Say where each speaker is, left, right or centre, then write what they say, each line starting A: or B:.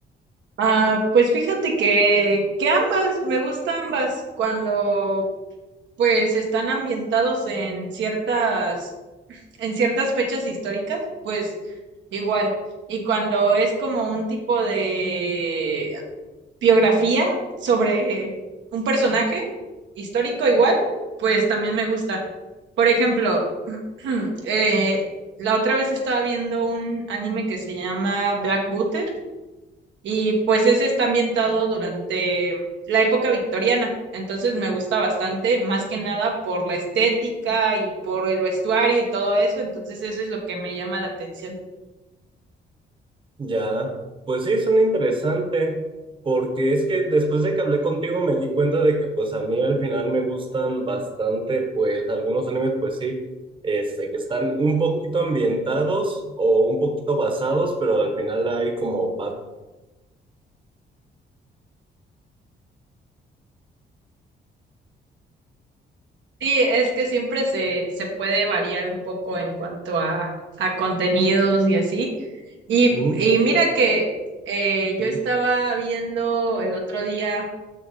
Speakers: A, on the right; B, on the right.
A: Ah, pues fíjate que, que ambas, me gustan ambas. Cuando pues están ambientados en ciertas, en ciertas fechas históricas, pues igual. Y cuando es como un tipo de biografía sobre un personaje histórico igual, pues también me gusta. Por ejemplo, <clears throat> eh, la otra vez estaba viendo un anime que se llama Black Butter y pues ese está ambientado durante la época victoriana, entonces me gusta bastante, más que nada por la estética y por el vestuario y todo eso, entonces eso es lo que me llama la atención.
B: Ya, pues sí, son interesante, porque es que después de que hablé contigo me di cuenta de que pues a mí al final me gustan bastante, pues algunos animes, pues sí, este, que están un poquito ambientados o un poquito basados, pero al final hay como... va-
A: Sí, es que siempre se, se puede variar un poco en cuanto a, a contenidos y así. Y,
B: Ujú,
A: y mira que eh,
B: ujú,
A: yo estaba viendo el otro día